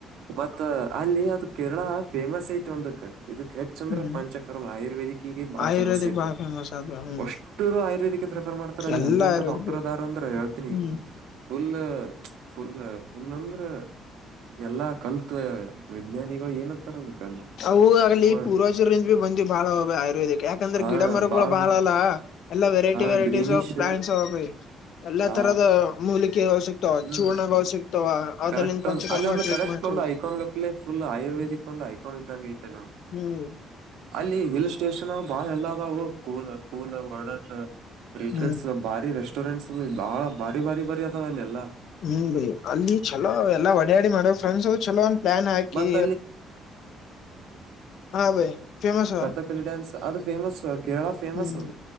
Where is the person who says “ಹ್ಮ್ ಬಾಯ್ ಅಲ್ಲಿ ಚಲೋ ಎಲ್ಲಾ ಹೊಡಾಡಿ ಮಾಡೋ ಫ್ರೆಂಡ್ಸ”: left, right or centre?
Left